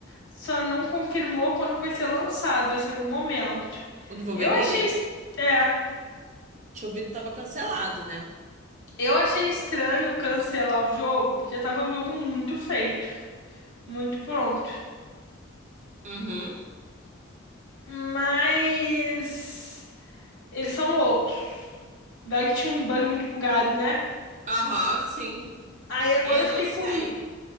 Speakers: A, on the left; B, on the right.
A: só não confirmou quando que vai ser lançado, vai ser em algum momento.
B: O do Wolverine?
A: Eu achei, es- é,
B: Tinha ouvido que tava cancelado, né?
A: eu achei estranho cancelar o jogo, porque tava o jogo muito feito, muito pronto.
B: Uhum.
A: Mas eles são loucos. Vai que tinha um bug muito bugado, né?
B: Aham, sim.
A: Aí agora
B: Eu
A: eu fiquei
B: não sei.
A: com,